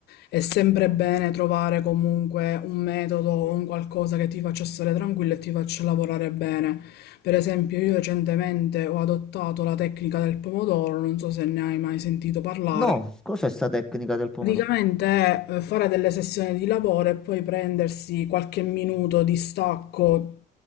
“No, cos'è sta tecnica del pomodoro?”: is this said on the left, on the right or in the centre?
Centre